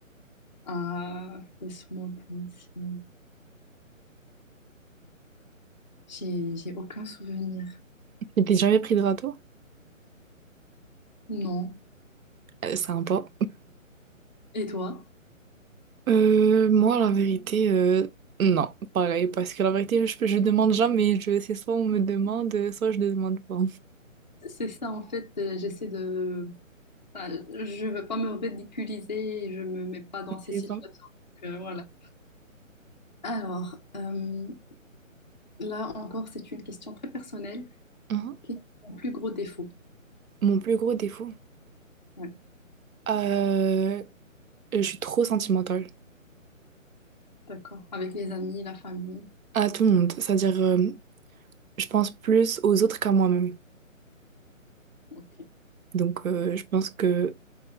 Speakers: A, on the left; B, on the right.
A: Ah, laisse-moi penser. J'ai, j'ai aucun souvenir.
B: Tu t'es jamais pris de râteau?
A: Non.
B: Euh, sympa.
A: Et toi?
B: Euh, moi, la vérité, euh, non, pareil, parce que la vérité, je, je demande jamais. Je, c'est soit on me demande, soit je ne demande pas.
A: C'est ça, en fait, euh, j'essaie de... voilà, je veux pas me ridiculiser et je me mets pas
B: <laughs>
A: dans ces
B: C'est
A: situations.
B: ça.
A: Donc, euh, voilà. Alors, euh, là encore, c'est une question très personnelle.
B: Mhm.
A: Quel est ton plus gros défaut?
B: Mon plus gros défaut,
A: Ouais,
B: euh, je suis trop sentimentale.
A: d'accord. Avec les amis, la famille.
B: À tout le monde. C'est-à-dire, euh, Je pense plus aux autres qu'à moi-même.
A: Ok,
B: Donc, euh, je pense que